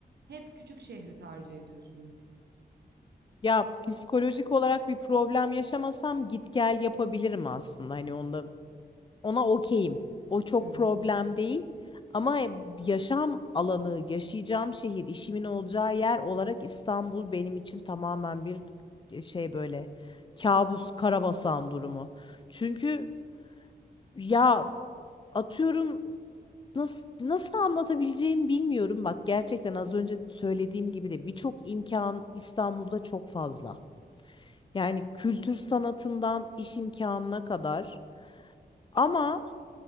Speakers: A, on the right; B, on the left.
A: hep küçük şehri tercih ediyorsun.
B: ya psikolojik olarak bir problem yaşamasam git gel yapabilirim aslında. Hani onda Ona okeyim. O çok
A: Hı hı.
B: problem değil. Ama yaşam alanı, yaşayacağım şehir, işimin olacağı yer olarak İstanbul benim için tamamen bir e, şey böyle kabus, karabasan durumu. Çünkü ya atıyorum nasıl nasıl anlatabileceğimi bilmiyorum. Bak gerçekten az önce söylediğim gibi de birçok imkan İstanbul'da çok fazla. Yani kültür sanatından iş imkanına kadar. Ama